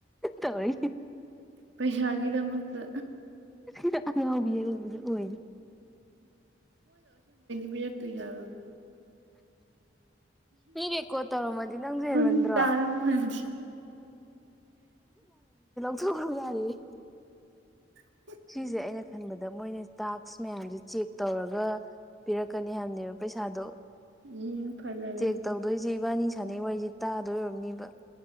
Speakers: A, in the centre; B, on the right (about 70°).
A: ꯇꯧꯔꯤ
B: ꯄꯩꯁꯥꯒꯤ ꯗꯃꯛꯇ
A: ꯑꯊꯤꯗ ꯑꯉꯥꯎꯕꯤ ꯍꯥꯏꯕꯗꯣ ꯑꯣꯏꯔꯤ
B: ꯃꯤꯌꯛ ꯇꯤ ꯌꯥꯔꯣ
A: ꯃꯤ ꯔꯦꯀꯣꯔꯠ ꯇꯧꯔꯝꯃꯗꯤ ꯅꯪꯁꯨ ꯍꯦꯟꯃꯟꯗ꯭ꯔꯣ
B: ꯃꯟ ꯇꯥꯔꯝ ꯃꯗꯤ
A: ꯊꯣꯛꯈ ꯌꯥꯔꯦ
B: ꯎꯝ
A: ꯁꯤꯖꯦ ꯑꯩꯅ ꯈꯟꯕꯗ ꯃꯣꯏꯅ ꯇꯥꯛꯁ ꯃꯌꯥꯝꯁꯦ ꯆꯦꯛ ꯇꯧꯔꯒ ꯄꯤꯔꯛꯀꯅꯤ ꯍꯥꯏꯕꯅꯦꯕ ꯄꯩꯁꯥꯗꯣ
B: ꯎꯝ ꯐꯖꯔꯦ
A: ꯆꯦꯛ ꯇꯧꯗꯣꯏꯁꯦ ꯏꯕꯅꯤ ꯁꯅꯩ ꯋꯥꯔꯤꯁꯦ ꯇꯥꯗꯣꯏ ꯑꯣꯏꯔꯝꯅꯤꯕ